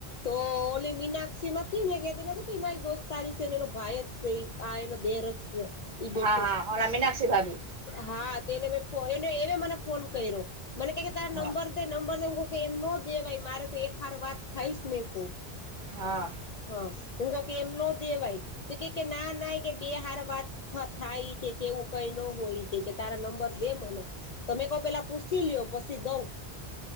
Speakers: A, on the left; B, on the right.
A: તો ઓલી મીનાક્ષી નથી મેં કેતી નથી કે મારી દોસ્તારી છે એનો એ ભાઈ જ છે આ એનો દે ર છે ઈ બેઠે
B: હા હા અને મીનાક્ષી ભાભી
A: હા તો એને મે ફો એ એને મેં ફોન કર્યો મને કેય કે તારા
B: હા
A: નંબર ત નંબરું ક કે એમ ન દેવાય મારે તો એક ખર વાત થઈ ને <inaudible>
B: હા
A: હા તું તો કે એમનો દેવાઈ કે કે કે ના ના કે બે હાર વાત થાય કે કેવું કઈ ન હોય કેકે તારા નંબર દે મને તો મેં કો પેલા પૂછી લ્યો પછી દઉં